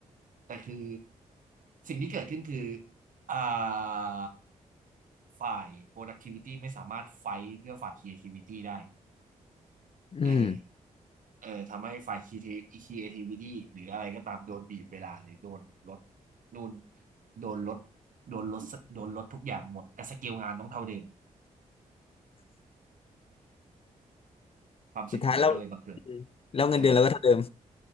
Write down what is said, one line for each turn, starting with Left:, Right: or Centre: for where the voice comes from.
Right: แต่คือสิ่งที่เกิดขึ้นคืออ่าฝ่าย productivity ไม่สามารถไฟท์เพื่อฝ่าย creativity ได้
Left: อืม
Right: เออเออทำให้ฝ่าย creati- creativity หรืออะไรก็ตามโดนบีบเวลาหรือโดนลดนู่นโดนลดโดนลดโดนลดทุกอย่างหมดแต่สกิลงานต้องเท่าเดิมความชิบหายก็เลยบังเกิด
Left: สุดท้ายแล้วอืมแล้วเงินเดือนเราก็เท่าเดิม
Right: เออ